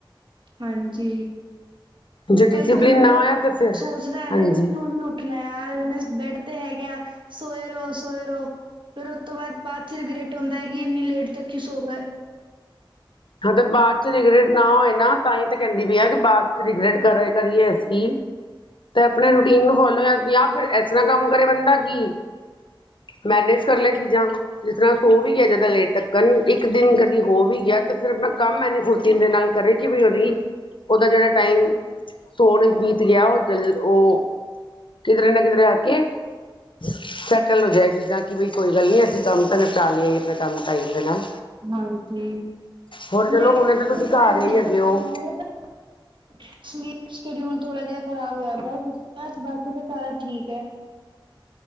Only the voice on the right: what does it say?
ਹਾਂਜੀ
ਪਰ ਫਿਰ ਬੰਦਾ
ਸੋਚਦਾ ਹੈ
ਨਾ ਕਿ ਤੂੰ ਨਹੀਂ ਉੱਠਣਾ ਯਾਰ ਉਹਨੇ ਬੈਡ ਤੇ ਹੈਗੇ ਆ ਸੋਏ ਰੋਹ ਸੋਏ ਰੋ ਫਿਰ ਉਸ ਤੋਂ ਬਾਅਦ ਚ ਰਿਗਰਟ ਆਉਂਦਾ ਹੈ ਕਿ ਇੰਨੀ ਲੇਟ ਤੱਕ ਕਿਉਂ ਸੋ ਗਏ
ਹਾਂਜੀ
ਮੈਂ ਉਥੋਂ
ਸਾਰੀ
ਚੀਜ਼ਾਂ
<unintelligible> ਸ਼ਡਿਊਲ ਥੋੜਾ ਜਿਹਾ ਖ਼ਰਾਬ ਹੋਇਆ ਪਿਆ ਬਾਕੀ ਤੇ ਸਾਰਾ ਠੀਕ ਹੈ